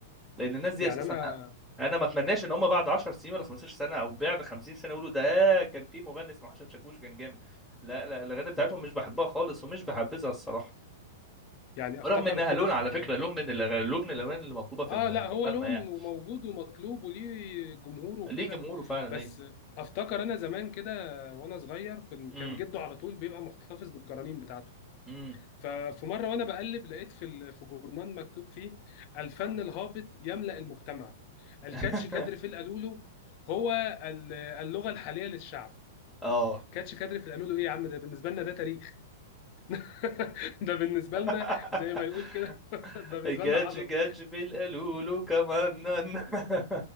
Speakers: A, in the centre; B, on the left (about 45°).
A: لان الناس دي
B: يعني
A: اساسا
B: انا
A: انا أنا ما اتمناش ان هم بعد 10 سنين ولا 15 سنه او بعد 50 سنه يقولوا ده كان في مغني اسمه حسن شاكوش كان جامد لا لا الاغاني بتاعتهم مش بحبها خالص ومش بحبذها الصراحه
B: يعني افتكر
A: رغم انها
B: كده
A: لون
B: في
A: على فكره لون من الأغاني لون من الاغاني اللي مطلوبه
B: اه
A: في الم-
B: لا هو
A: في المغنى
B: لون
A: يعني
B: وموجود ومطلوب وليه جمهوره وكده
A: ليه جمهوره فعلا
B: بس
A: ايوه
B: افتكر انا زمان كده وانا صغير كان
A: امم
B: كان جده على طول بيبقى محتفظ بالجرانين بتاعته
A: امم
B: ففي مره وانا بقلب لقيت في ال- في جورنال مكتوب فيه الفن الهابط يملأ المجتمع الكاتش
A: <laughs>
B: كادر في القالولو هو ال- اللغه الحاليه للشعب
A: اه
B: كاتش كادر في القالولو ايه يا عم ده بالنسبه لنا ده تاريخ <laughs> ده بالنسبه
A: <laughs>
B: لنا زي ما يقول كده <laughs> ده بالنسبه
A: كاتش
B: لنا عظمه
A: كاتش بالقلولو كمان <laughs>